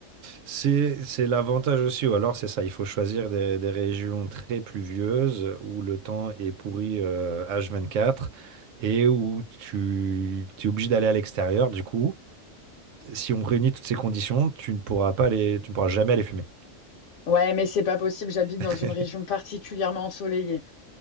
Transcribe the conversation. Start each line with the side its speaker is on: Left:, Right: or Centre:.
Right: C'est, c'est l'avantage aussi, ou alors c'est ça, il faut choisir des, des régions très pluvieuses où le temps est pourri euh, H24 et où tu, tu es obligé d'aller à l'extérieur. Du coup, si on réunit toutes ces conditions, tu ne pourras pas aller, tu ne pourras jamais aller fumer.
Left: Ouais, mais c'est pas possible. J'habite
Right: <laughs>
Left: dans une région particulièrement ensoleillée.